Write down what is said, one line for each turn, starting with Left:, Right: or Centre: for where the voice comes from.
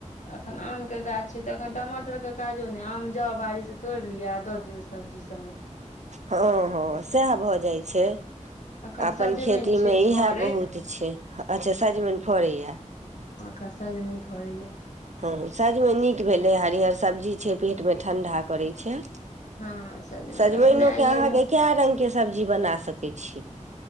Left: एखन आम के गाछ छै तऽ अखन। टमाटर के काजो नहि आम जाउ बाड़ी से तोड़ि लिअ आ दऽ दियौ सब्जी सबमे।
Right: हँ हँ सेह भऽ जाइ छै। छै।
Left: अखन
Right: अपन
Left: सजमनि
Right: खेतीमे
Left: छै
Right: इएह
Left: फड़ैत
Right: बहुत छै अच्छा सजमनि फड़ैए।
Left: कसा जमन फड़ैया।
Right: हँ सजमे नीक भेलै हरियर सब्जी छै पेटमे ठंडा करै छै।
Left: हँ सखने
Right: सजमनिओके
Left: आइए।
Right: अहाँके कए रङ्गके सब्जी बना सकै छी।